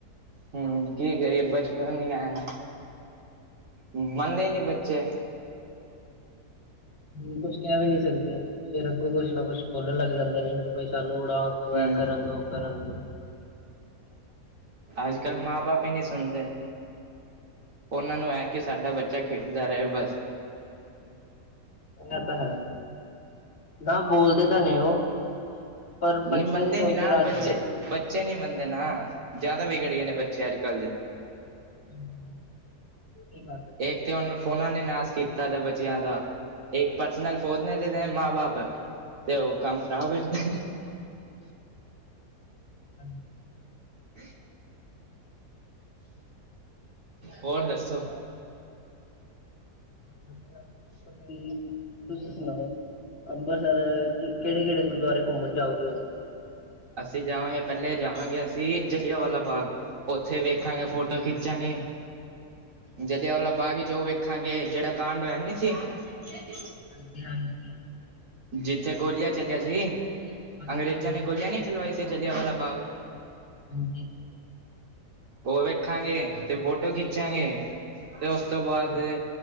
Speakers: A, on the right; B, on the left.
A: ਹੂੰ, ਕੀ ਕਰੀਏ? ਬਚਪਨ ਈ ਐ ਨਾ, ਮੰਨਦੇ ਨੀ ਬੱਚੇ।
B: ਹੂੰ, ਕੁੱਛ ਕੇਹ ਵੀ ਨੀ ਸਕਦੇ, ਫੇਰ ਅੱਗੋਂ ਕੁਛ ਨਾ ਕੁਛ ਬੋਲਣ ਲੱਗ ਜਾਂਦੇ ਨੇ, ਬਈ ਸਾਨੂੰ ਉਡਾ ਸੋ
A: ਹਮ
B: ਏਹ ਕਰਨ ਦੋ, ਕਰਨ ਦੋ।
A: ਆਜ ਕੱਲ ਮਾਂ ਬਾਪ ਈ ਨਹੀਂ ਸੁਣਦੇ। ਉਹਨਾਂ ਨੂੰ ਐ ਕਿ ਸਾਡਾ ਬੱਚਾ ਖੇਡਦਾ ਰਏ ਬਸ।
B: ਐ ਤਾਂ ਹੈ। ਨਾ ਬੋਲਦੇ ਤਾਂ ਨੇ ਉਹ। ਪਰ
A: ਨਈ
B: ਬੱਚੇ
A: ਮੰਨਦੇ
B: ਸੁਣ
A: ਨੀ ਨਾ,
B: ਕੇ ਰਾਜੀ
A: ਬੱਚੇ
B: ਫਿਰ
A: ਬੱ ਚੇ ਨੀ ਮੰਨਦੇ ਨਾ, ਜਿਆਦਾ ਵਿਗੜ ਗਏ ਨੇ ਬੱਚੇ ਅੱਜ ਕੱਲ੍ਹ ਦੇ।
B: ਹੂੰ! ਕਾ
A: ਏਕ ਤੇ ਓਹਨੂੰ। ਫੋਨਾਂ ਨੇ ਨਾਸ ਕੀਤਾ ਦਾ ਬੱਚੇਆਂ ਦਾ, ਇੱਕ ਪਰਸਨਲ ਫੋਨ ਦੇ ਦੇਦੇ ਮਾਂ ਬਾਪ। ਤੇ ਉਹ ਕੰਮ ਖ਼ਰਾਬ ਹੋ ਜਾਂਦਾ।
B: ਹੂੰ।
A: <inaudible> ਹੋਰ ਦੱਸੋ?
B: <unintelligible> ਤੁਸੀ। ਤੁਸੀਂ ਸੁਣਾਓ? ਅੰਬਰਸਰ ਕੇਹੜੇ-ਕੇਹੜੇ ਗੁਰੂਦੁਆਰੇ ਘੁੰਮਣ ਜਾਓਗੇ?
A: ਅਸੀਂ ਜਾਵਾਂਗੇ, ਪੈਲੇ ਜਾਵਾਂਗੇ ਅਸੀਂ, ਜਲਿਆਂਵਾਲਾ ਬਾਗ, ਉੱਥੇ ਵੇਖਾਂਗੇ,
B: ਹੁਣ
A: ਫੋਟੋ ਖਿੱਚ ਜਾਗੇ! ਜਲਿਆ ਵਾਲਾ ਬਾਗ ਚ ਉਹ ਵੇਖਾਂਗੇ ਜਿਹੜਾ ਕਾਂਡ ਹੋਇਆ ਨਹੀਂ ਸੀੇ। ਖ਼ਾਲੀ
B: ਹਾਂਜੀ- ਹਾਂਜੀ।
A: ਜਿੱਥੇ ਗੋਲੀਆਂ ਚੱਲਿਆ ਸੀ।
B: ਹਾਂਜੀ-ਹਾਂਜੀ,
A: ਅੰਗਰੇਜ਼ਾਂ ਨੇ ਗੋਲੀਆਂ ਨੀ ਚਲਵਾਈ ਸੀ ਜਲਿਆਂਵਾਲਾ ਬਾਗ।
B: ਹਾਂਜੀ।
A: ਉਹ ਵੇਖਾਂਗੇ ਤੇ ਫੋਟੋ ਖਿੱਚਾਂਗੇ। ਤੇ ਉਸ ਤੋਂ ਬਾਦ
B: ਹਾਂਜੀ